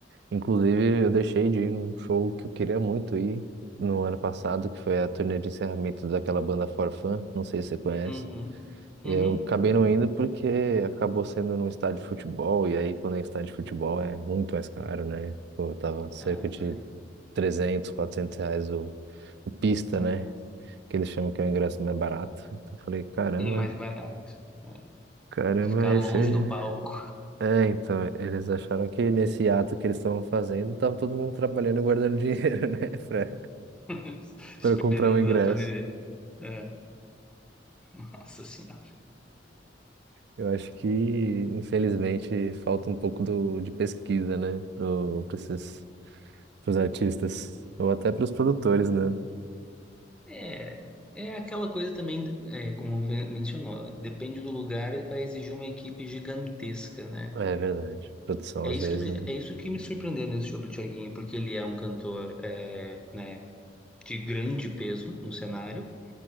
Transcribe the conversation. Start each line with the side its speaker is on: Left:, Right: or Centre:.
Right: inclusive, eu deixei de ir num show que eu queria muito ir no ano passado, que foi a turnê de encerramento daquela banda Forfun, não sei se você conhece.
Centre: Uhum.
Right: Eu
Centre: Uhum.
Right: acabei não indo porque acabou sendo num estádio de futebol, e aí quando é estádio de futebol é muito mais caro, né? Pô, tava cerca
Centre: Ah,
Right: de
Centre: vai.
Right: 300 400 reais o pista,
Centre: É.
Right: né? Que eles chamam que é o ingresso mais barato. Então eu falei, caramba,
Centre: Mais barato. É.
Right: caramba,
Centre: Ficar
Right: esse.
Centre: longe
Right: É,
Centre: do palco,
Right: É, então, eles acharam que nesse ato que eles estavam fazendo, tava todo mundo trabalhando e guardando dinheiro, <laughs> né? Pra,
Centre: <laughs>
Right: pra
Centre: esperando
Right: comprar o ingresso.
Centre: a torneira. É. Nossa senhora.
Right: Eu acho que, infelizmente, falta um pouco do, de pesquisa, né? Pro, pra esses, pros artistas. Ou até pros produtores, né?
Centre: É, é aquela coisa também, é, como men- mencionou, depende do lugar, vai exigir uma equipe gigantesca, né?
Right: É verdade. Produção,
Centre: É
Right: às
Centre: isso
Right: vezes.
Centre: que me,
Right: né?
Centre: é isso que me surpreendeu nesse show do Thiaguinho, porque ele é um cantor, é, né, de grande peso no cenário.